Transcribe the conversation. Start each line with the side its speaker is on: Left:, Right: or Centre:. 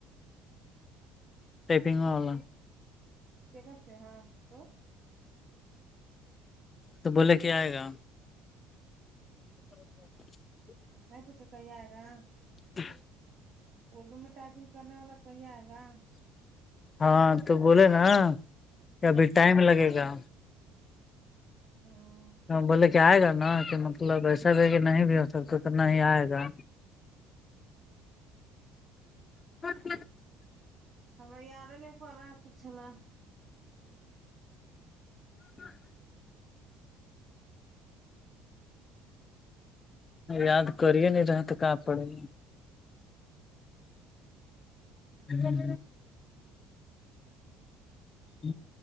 Left: ٹپنگ آن
Right: کر سے ہاں تو
Left: تو بولے کیا آئے گا اچا
Right: میں پوچھا کہی ہے گا
Left: ہ
Right: اردو میں ٹائپنگ کرنے والا کہی آئے گا
Left: ہاں تو بولے نا کہ
Right: ہوں
Left: ابھی ٹائم لگے گا
Right: ہاں
Left: بولے کہ آئے گا نا کہ مطلب ایسا بھی ہے کہ نہیں بھی ہو سکتا اتنا ہی آئے گا
Right: <inaudible>
Left: ر
Right: ہمیں یاد ہی نہیں پ رہا ہے پوچھنا
Left: ہاں یاد کرے نہیں رہتے ک پڑے ہم ہ